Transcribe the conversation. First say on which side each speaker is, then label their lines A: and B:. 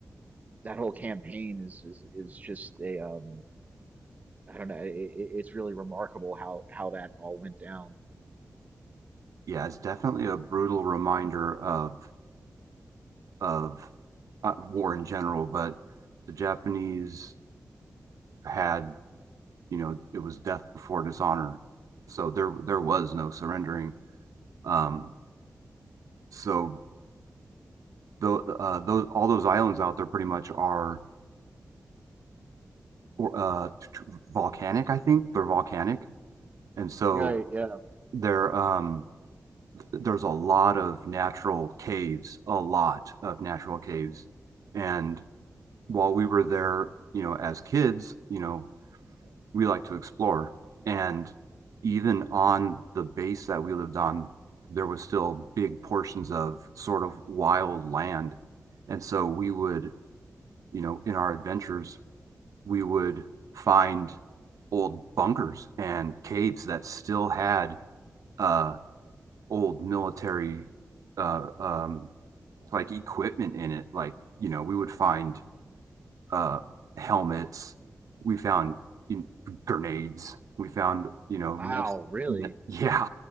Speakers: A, on the right; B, on the right.
A: that whole campaign is is is just a um I don't know it, it- it's really remarkable how how that all went down
B: Yeah, it's definitely a brutal reminder of of uh, war in general, but the Japanese had, you know, it was death before dishonor. So there there was no surrendering. Um, so the, uh, those all those islands out there pretty much are uh, volcanic. I think they're volcanic, and so
A: right yeah
B: there um, there's a lot of natural caves, a lot of natural caves, and while we were there, you know, as kids, you know, we like to explore. And even on the base that we lived on, there was still big portions of sort of wild land. And so we would, you know, in our adventures, we would find old bunkers and caves that still had uh, old military uh, um, like equipment in it. Like, you know, we would find uh, helmets. We found you know, grenades. We found, you know,
A: Wow,
B: mess,
A: really?
B: me- yeah,